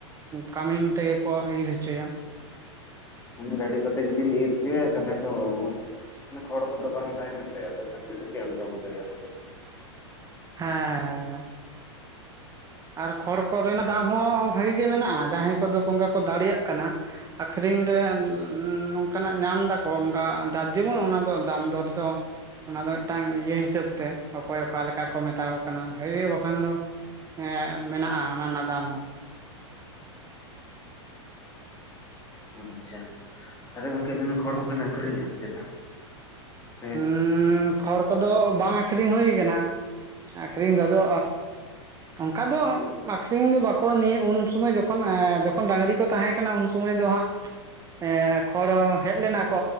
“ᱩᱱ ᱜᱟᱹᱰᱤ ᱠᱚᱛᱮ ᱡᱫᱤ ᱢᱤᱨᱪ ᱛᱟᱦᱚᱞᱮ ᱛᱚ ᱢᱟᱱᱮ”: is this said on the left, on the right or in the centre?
Left